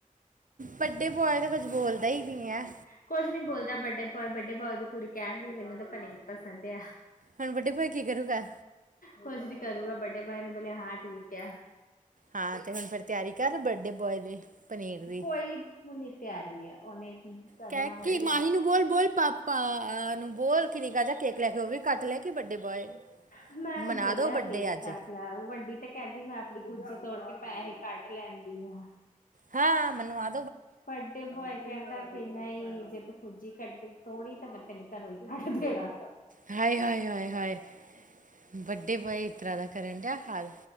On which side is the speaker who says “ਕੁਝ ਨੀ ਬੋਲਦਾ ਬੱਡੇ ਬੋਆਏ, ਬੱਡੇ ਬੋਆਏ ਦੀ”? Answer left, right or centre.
Left